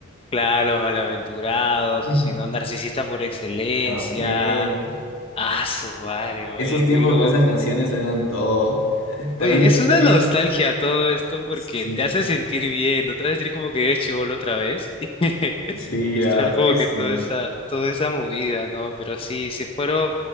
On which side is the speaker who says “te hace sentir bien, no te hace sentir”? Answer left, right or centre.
Left